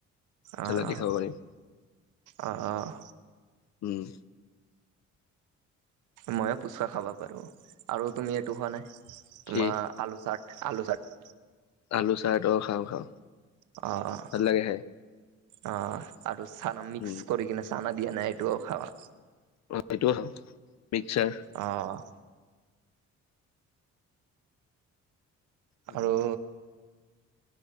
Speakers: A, on the left (about 60°); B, on the right (about 85°).
A: জ্বালা
B: আহ,
A: দি খাব পাৰিম।
B: অ, অ'।
A: উম।
B: ময়ো পুচকা খাবা পাৰোঁ, আৰু তুমি এইটো খোৱা নে,
A: কি
B: তোমাৰ আলু চাত, আলু চত
A: আলু চাত অ', খাওঁ, খাওঁ।
B: অ, অ'।
A: ভাল লাগে খাই
B: অ', আৰু চানা মিক্স
A: উম।
B: কৰি কিনে, চানা দিয়া নাই এইটোও খাওঁ।
A: অ', সেইটো খাওঁ, মিক্সাৰ।
B: অ'।
A: উম,
B: আৰু